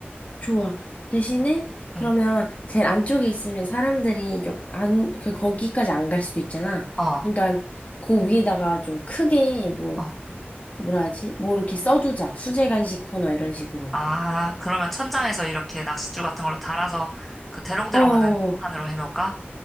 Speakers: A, on the left; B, in the centre.
A: 좋아. 대신에 그러면
B: 응.
A: 제일 안쪽에 있으면 사람들이 좀 안, 그 거기까지 안 갈 수도 있잖아.
B: 어,
A: 그러니까 그 위에다가 좀 크게 뭐
B: 어.
A: 뭐라 하지? 뭐 이렇게 써두자. 수제 간식 코너 이런 식으로.
B: 아, 그러면 천장에서 이렇게 낚싯줄 같은 걸로 달아서 그 대롱대롱
A: 어,
B: 하는 판으로 해놓을까?